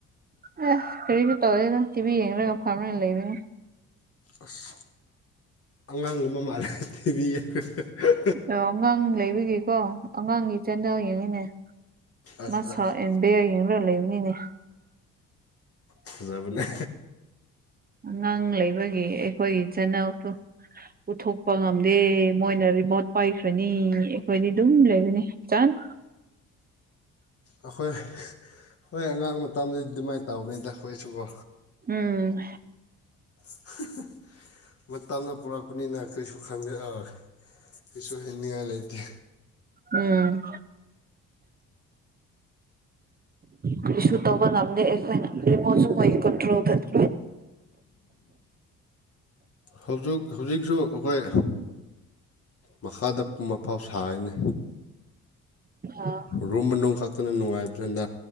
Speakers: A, on the right (about 30°); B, on the left (about 50°).
A: ꯑꯦ ꯀꯔꯤꯁꯨ ꯇꯧꯗꯦꯗ ꯇꯤꯚꯤ ꯌꯦꯡꯂꯒ ꯐꯝꯂꯒ ꯂꯩꯕꯅꯤ
B: ꯑꯁ ꯑꯉꯥꯡꯒꯨꯝꯕ ꯃꯥꯜꯂꯦ ꯊꯤꯕꯤꯌꯦ ꯍꯍ
A: ꯑꯣ ꯑꯉꯥꯡ ꯂꯩꯕꯒꯤꯀꯣ ꯑꯉꯥꯡꯒꯤ ꯆꯦꯅꯦꯜ ꯌꯦꯡꯉꯤꯅꯦ
B: ꯑꯁ
A: ꯃꯥ ꯁꯛꯑꯦ
B: ꯑꯁ
A: ꯕꯤꯌꯔ ꯌꯦꯡꯔ ꯂꯩꯕꯅꯤꯅꯦ
B: ꯐꯖꯕꯅꯦ
A: ꯑꯉꯥꯡ ꯂꯩꯕꯒꯤ ꯑꯩꯈꯣꯏꯒꯤ ꯆꯦꯅꯦꯜ ꯐꯨ ꯎꯊꯣꯛꯄ ꯉꯝꯗꯦ ꯃꯣꯏꯅ ꯔꯤꯃꯣꯠ ꯄꯥꯏꯈ꯭ꯔꯅꯤ ꯑꯩꯈꯣꯏꯗꯤ ꯑꯗꯨꯝ ꯂꯩꯕꯅꯤ ꯆꯟ
B: ꯑꯩꯈꯣꯏ ꯍꯣꯏ ꯑꯉꯥꯡ ꯃꯇꯝꯗꯗꯤ ꯑꯗꯨꯃꯥꯏꯅ ꯇꯧꯕꯅꯤꯗ ꯑꯩꯈꯣꯏꯁꯨꯀꯣ
A: ꯎꯝ
B: ꯍꯍꯍ <unintelligible> ꯃꯇꯝꯅ ꯄꯨꯔꯛꯄꯅꯤꯅ ꯀꯔꯤꯁꯨ ꯈꯪꯗꯦ ꯑ ꯀꯩꯁꯨ ꯍꯅꯤꯡꯉꯥꯏ ꯂꯩꯇꯦ
A: ꯎꯝ ꯀ꯭ꯔꯤꯁꯨ ꯇꯧꯕ ꯉꯝꯗꯦ ꯑꯩꯈꯣꯏꯅ ꯔꯤꯃꯣꯠꯁꯨ ꯃꯣꯏꯒꯤ ꯀꯟꯇ꯭ꯔꯣꯜꯗꯅꯤ
B: ꯍꯧꯖꯤꯛ ꯍꯧꯖꯤꯛꯁꯨ ꯑꯩꯈꯣꯏ ꯃꯈꯥꯗ ꯄꯨꯝꯕ ꯃꯄꯥꯜ ꯁꯥꯌꯦꯅꯦ
A: ꯑꯥ
B: ꯔꯨꯝ ꯃꯅꯨꯡ ꯈꯛꯇꯅ ꯅꯨꯡꯉꯥꯏꯕ꯭ꯔꯅꯦ